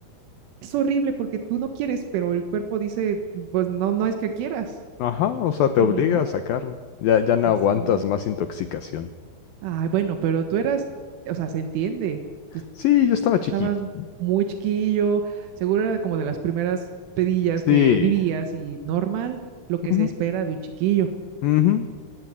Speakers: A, on the right; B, on the left.
A: Es horrible porque tú no quieres, pero el cuerpo dice, pues no, no es que quieras.
B: ajá, o sea, te
A: Y
B: obliga
A: ni modo.
B: a sacarlo. Ya, ya no
A: Así
B: aguantas más
A: es.
B: intoxicación.
A: Ay, bueno, pero tú eras, o sea, se entiende. Tú
B: Sí, yo estaba
A: estabas
B: chiquito.
A: mu- muy chiquillo, seguro era como de las primeras pedillas
B: Sí.
A: que vivías y normal, lo que
B: Ujú,
A: se espera de un chiquillo,
B: ujú.